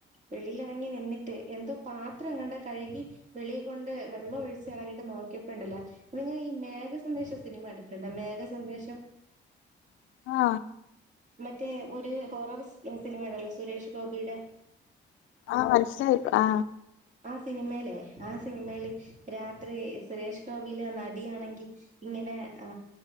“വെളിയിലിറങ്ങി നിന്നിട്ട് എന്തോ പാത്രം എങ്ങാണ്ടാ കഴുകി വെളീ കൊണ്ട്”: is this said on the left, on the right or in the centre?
Right